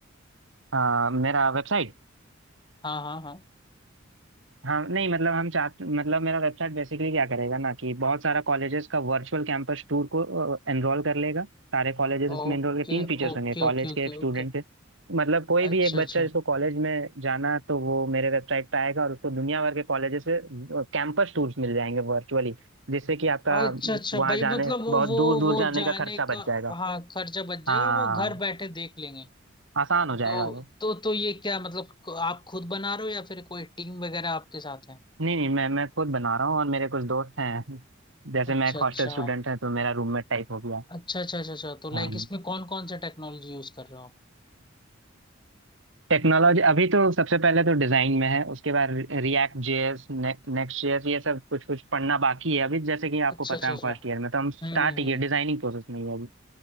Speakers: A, on the right; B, on the left.
A: आ, मेरा वेबसाइट
B: हाँ हाँ हाँ
A: हाँ नहीं मतलब हम चाहते मतलब मेरा वेबसाइट बेसिकली क्या करेगा ना कि बहुत सारा कॉलेजेस का वर्चुअल कैंपस टूर को एनरोल कर लेगा सारे कॉलेजेस इसमें
B: Okay
A: एनरोल के तीन फीचर्स
B: okay
A: होंगे कॉलेज
B: okay
A: के
B: okay
A: एक स्टूडेंट
B: okay
A: के मतलब कोई
B: अच्छा
A: भी एक बच्चा
B: अच्छा
A: जिसको कॉलेज में जाना है, तो वो मेरे वेबसाइट पे आएगा और उसको दुनिया भर के कॉलेजेस से कैंपस टूर्स मिल जाएंगे वर्चुअली जिससे कि आपका
B: अच्छा अच्छा
A: वहाँ
B: भाई
A: जाने
B: मतलब वो
A: बहुत
B: वो
A: दूर दूर
B: वो
A: जाने
B: जाने
A: का खर्चा बच
B: का
A: जाएगा
B: हाँ खर्चा बच जाएगा
A: हाँ
B: वो घर बैठे देख लेंगे
A: आसान हो जाएगा
B: तो
A: वो।
B: तो तो ये क्या मतलब आप खुद बना रहे हो या फिर कोई टीम वगैरह आपके साथ है
A: नहीं नहीं मैं मैं खुद बना रहा हूँ और मेरे कुछ दोस्त हैं जैसे
B: अच्छा
A: मैं एक
B: अच्छा
A: हॉस्टल स्टूडेंट है तो मेरा रूममेट टाइप हो गया
B: अच्छा अच्छा अच्छा अच्छा तो
A: हाँ
B: लाइक इसमें कौन कौन सा टेक्नोलॉजी यूज कर रहे हो आप?
A: टेक्नोलॉजी अभी तो सबसे पहले तो डिजाइन में है उसके बाद रिएक्ट जेएस नेक्स्ट जेएस ये सब कुछ कुछ पढ़ना बाकी है अभी जैसे कि आपको
B: अच्छा
A: पता
B: अच्छा
A: है
B: अच्छा
A: हम फर्स्ट ईयर में तो हम स्टार्ट
B: हम्म हम्म
A: ही
B: हम्म
A: किए डिजाइनिंग प्रोसेस में ही है अभी